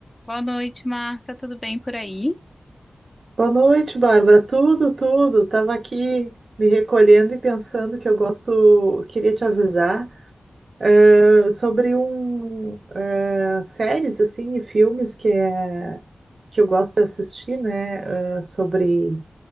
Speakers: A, on the left (about 25°); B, on the right (about 70°).
A: Boa noite, Marta. Tudo bem por aí?
B: Boa noite, Bárbara. Tudo, tudo. Tava aqui me recolhendo e pensando que eu gosto, queria te avisar eh, sobre um eh, séries assim e filmes que é que eu gosto de assistir, né? eh, sobre